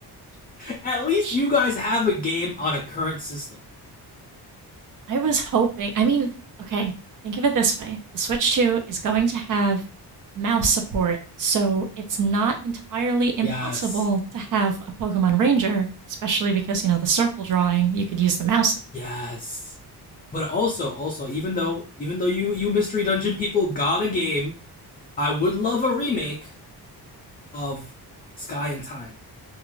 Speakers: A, on the left; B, on the right.
A: <laughs> At
B: <laughs>
A: least you guys have a game on a current system.
B: I was hoping. I mean, okay, think of it this way the Switch 2 is going to have mouse support, so it's not entirely impossible
A: Yes.
B: to have a Pokemon Ranger, especially because, you know, the circle drawing, you could use the mouse
A: Yes. But also, also, even though even though you you mystery dungeon people got a game, I would love a remake of Sky and Time